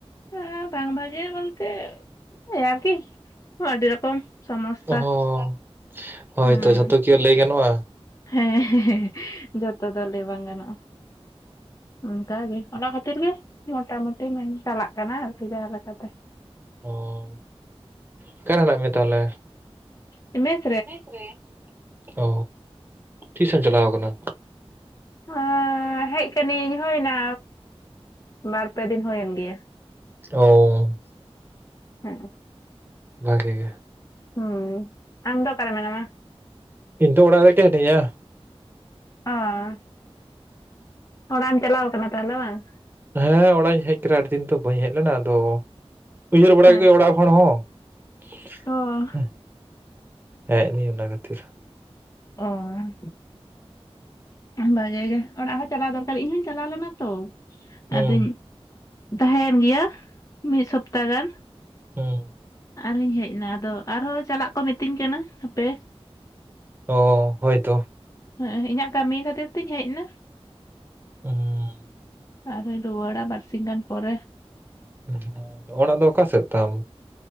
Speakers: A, on the left; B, on the right.
A: ᱮᱸ ᱵᱟᱝ ᱵᱷᱟᱜᱤᱭᱟ ᱵᱚᱞᱛᱮ, ᱳᱭ ᱟᱨᱠᱤᱼᱼ ᱚ ᱟᱹᱰᱤ ᱨᱚᱠᱚᱢ ᱥᱚᱢᱚᱥᱛᱟ,
B: ᱚ ᱦᱳᱭᱛᱚ
A: ᱦᱩᱸ
B: ᱡᱷᱚᱛᱚ ᱠᱤ ᱞᱟᱹᱭ ᱜᱟᱱᱚᱜᱼᱟ
A: ᱦᱮᱸ ᱡᱷᱚᱛᱚ ᱫᱚ ᱞᱟᱹᱭ ᱵᱟᱝ ᱜᱟᱱᱚᱜ-ᱟ᱾ ᱚᱱᱠᱟᱜᱮ ᱚᱱᱟ ᱠᱷᱟᱹᱛᱤᱨ ᱜᱮ ᱢᱚᱴᱟ-ᱢᱩᱴᱤ ᱢᱮᱱ ᱪᱟᱞᱟᱜ ᱠᱟᱱᱟ ᱟᱨᱠᱤ ᱡᱟᱦᱟᱸ ᱞᱮᱠᱟᱛᱮᱼᱼ
B: ᱚᱸ ᱚᱠᱟᱨᱮ ᱦᱮᱱᱟᱜ ᱢᱭᱟ ᱛᱟᱦᱚᱞᱮ?
A: ᱮ ᱢᱮᱥ
B: ᱢᱮᱥ ᱨᱮ, ᱚᱻ ᱛᱤᱥᱮᱢ ᱪᱟᱞᱟᱣ ᱠᱟᱱᱟ?
A: ᱚ ᱦᱮᱡ ᱠᱟᱹᱱᱤᱧ ᱦᱩᱭᱱᱟ ᱵᱟᱨ-ᱯᱮ ᱫᱤᱱ ᱦᱩᱭᱮᱱ ᱜᱮᱭᱟ᱾
B: ᱳᱻᱢ,
A: ᱦᱮᱸ ᱮ
B: ᱵᱷᱟᱜᱮ ᱜᱮ,
A: ᱦᱩᱸ ᱟᱢᱫᱚ ᱚᱠᱟᱨᱮ ᱢᱮᱱᱟᱢᱟ?
B: ᱤᱧ ᱛᱚ ᱚᱲᱟᱜ ᱨᱮᱜᱮ ᱦᱮᱱᱤᱧᱟ᱾
A: ᱚᱸᱻ ᱚᱲᱟᱜ ᱮᱢ ᱪᱟᱞᱟᱣ ᱠᱟᱱᱟ ᱛᱟᱦᱞᱮ ᱵᱟᱝ?
B: ᱦᱮᱸ ᱚᱲᱟᱜ ᱤᱧ ᱦᱮᱸᱡ ᱠᱟᱱᱟ ᱟᱹᱰᱤ ᱫᱤᱱ ᱛᱚ ᱵᱟᱹᱧ ᱦᱮᱡ ᱞᱮᱱᱟ ᱟᱫᱚ, ᱩᱭᱦᱟᱹᱨ ᱵᱟᱲᱟ
A: ᱦᱮᱸ
B: ᱠᱮᱫᱠᱩᱧ ᱚᱲᱟᱜ ᱦᱚᱲᱼᱼ ᱦᱚᱲ ᱦᱚᱸ,
A: ᱚ
B: ᱦᱮᱸᱡ ᱱᱟᱹᱧ ᱚᱱᱟ ᱠᱷᱟᱹᱛᱤᱨᱼᱼ
A: ᱚᱸᱻ ᱵᱷᱟᱜᱮ ᱜᱮ ᱚᱲᱟᱜ ᱦᱚᱸ ᱪᱟᱞᱟᱣ ᱫᱚᱨᱠᱟᱨ ᱤᱧ ᱦᱚᱧ ᱪᱟᱞᱟᱣ ᱞᱮᱱᱟ ᱛᱚ
B: ᱦᱩᱸ
A: ᱟᱫᱚᱧᱼᱼ ᱛᱟᱦᱮᱸᱭᱮᱱ ᱜᱮᱭᱟ ᱢᱤᱫ ᱥᱚᱯᱛᱟ ᱜᱟᱱ᱾
B: ᱦᱩᱸ
A: ᱟᱨ ᱦᱚᱸᱧ ᱦᱮᱸᱡ ᱮᱱᱟ ᱟᱫᱚ ᱟᱨᱦᱚᱸ ᱪᱟᱞᱟᱜ ᱠᱚ ᱢᱤᱛᱟᱹᱧ ᱠᱟᱱᱟ ᱦᱟᱯᱮ,
B: ᱚ ᱦᱚᱭ ᱛᱚᱼᱼ
A: ᱦᱮᱸ ᱤᱧᱟᱜ ᱠᱟᱹᱢᱤ ᱠᱷᱟᱹᱛᱤᱨ ᱛᱤᱧ ᱦᱮᱡ ᱮᱱᱟ᱾
B: ᱦᱩᱸ
A: ᱟᱨᱦᱚᱸᱧ ᱨᱩᱣᱟᱹᱲᱟ ᱵᱟᱨᱥᱤᱧ ᱜᱟᱱ ᱯᱚᱨᱮ᱾
B: <unintelligible> ᱚᱲᱟᱜ ᱫᱚ ᱚᱠᱟ ᱥᱮᱫ ᱛᱟᱢ?